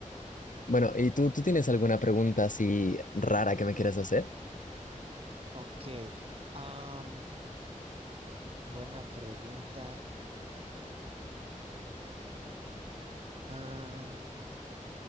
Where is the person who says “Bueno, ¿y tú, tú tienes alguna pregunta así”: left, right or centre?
Left